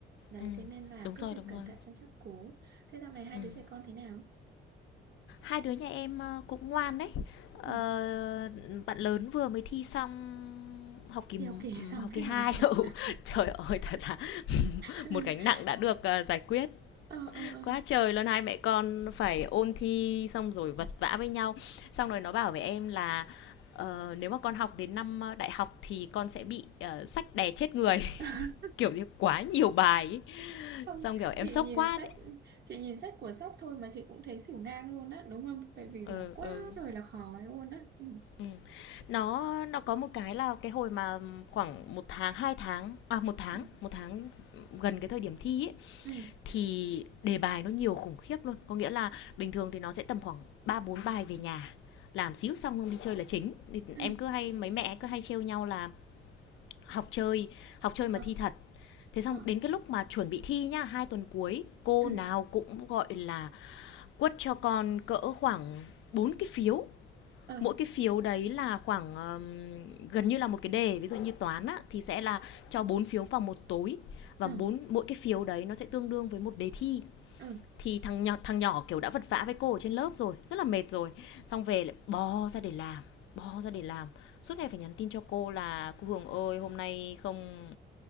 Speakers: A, on the right; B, on the left.
A: Đấy,
B: ừm,
A: thế nên là
B: đúng
A: cứ
B: rồi,
A: phải
B: đúng
A: cẩn
B: rồi.
A: thận cho chắc cố. Thế dạo này hai
B: Ừm.
A: đứa trẻ con thế nào?
B: Hai đứa nhà em, ơ, cũng ngoan đấy. Ờ,
A: Ừ,
B: bạn lớn vừa mới thi xong học kỳ,
A: đi học kỳ
B: ừ,
A: <laughs> xong
B: học kỳ
A: thế
B: 2. <laughs> Ừ,
A: à?
B: trời ơi, thật là
A: <laughs>
B: một gánh nặng đã được à, giải quyết
A: ờ ờ ờ
B: quá trời luôn hai mẹ con phải ôn thi xong rồi vật vã với nhau xong rồi nó bảo với em là ờ, nếu mà con học đến năm ờ, đại học thì con sẽ bị ờ, sách đè chết người
A: <laughs>
B: <laughs> kiểu như quá nhiều bài ấy.
A: không
B: xong kiểu em
A: chị
B: sốc
A: nhìn
B: quá
A: sách
B: đấy
A: chị nhìn sách của sóc thôi mà chị cũng thấy xỉu ngang luôn á đúng không tại vì
B: ừ,
A: là quá
B: ừ,
A: trời là khó luôn á ừ
B: ừ. nó nó có một cái là cái hồi mà khoảng một tháng hai tháng à một tháng
A: ừ
B: một tháng gần cái thời điểm thi ấy
A: ừ
B: thì đề bài nó nhiều khủng khiếp luôn có nghĩa là bình thường thì nó sẽ tầm khoảng ba bốn bài về nhà làm xíu xong không đi chơi là chính
A: ừ
B: em cứ hay mấy mẹ cứ hay trêu nhau là học chơi học chơi
A: ờ
B: mà thi thật thế xong
A: ờ
B: đến cái lúc mà chuẩn bị thi nhá hai tuần cuối cô
A: ừ
B: nào cũng gọi là quất cho con cỡ khoảng bốn cái phiếu
A: ờ
B: mỗi cái phiếu đấy là khoảng ừm, gần như là một cái đề ví dụ như toán á, thì sẽ là cho bốn phiếu vào một tối và
A: ờ
B: bốn mỗi cái phiếu đấy nó sẽ tương đương với một đề thi
A: ờ
B: thì thằng nhỏ thằng nhỏ kiểu đã vật vã với cô ở trên lớp rồi rất là mệt rồi xong về lại bò ra để làm bò ra để làm suốt ngày phải nhắn tin cho cô là cô Hường ơi hôm nay không